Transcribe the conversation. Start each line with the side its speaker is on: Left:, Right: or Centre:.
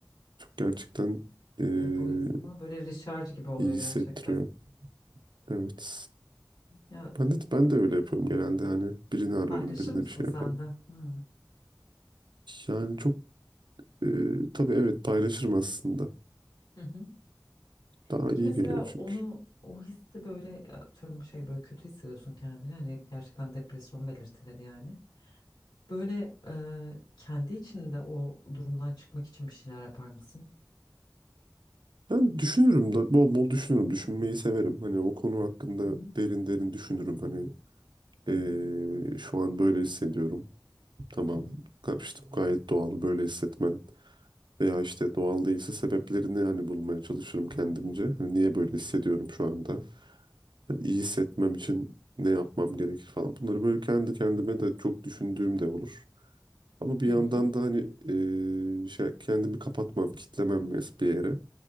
Right: Çok gerçekten eee,
Left: Evet o insana böyle recharge gibi oluyor
Right: iyi hissettiriyor.
Left: gerçekten.
Right: Evet.
Left: Ya
Right: Ben de ben de öyle yapıyorum genelde. Hani birini ararım,
Left: paylaşır
Right: birine
Left: mısın
Right: bir şey
Left: sen
Right: yaparım.
Left: de? Hmm.
Right: Yani çok eee tabii evet paylaşırım aslında.
Left: Hı hı.
Right: Daha
Left: Peki
Right: iyi
Left: mesela
Right: geliyor
Left: onu
Right: çünkü.
Left: o hissi böyle atıyorum şey böyle kötü hissediyorsun kendini hani hep gerçekten depresyon belirtileri yani. Böyle eee, kendi içinde o durumdan çıkmak için bir şeyler yapar mısın?
Right: Ben düşünürüm da bol bol düşünürüm. Düşünmeyi severim. Hani o konu hakkında
Left: Hı
Right: derin derin düşünürüm. Hani eee,
Left: hı hı
Right: şu an böyle hissediyorum. Tamam.
Left: hı
Right: Ga- işte bu gayet doğal böyle hissetmen. Veya işte doğal değilse sebeplerini hani bulmaya çalışırım kendimce. Hani niye böyle hissediyorum şu anda? Yani iyi hissetmem için ne yapmam gerekir falan. Bunları böyle kendi kendime de çok düşündüğüm de olur. Ama bir
Left: hı
Right: yandan
Left: hı
Right: da hani eee, şey, kendimi kapatmam, kitlemem mes- bir yere.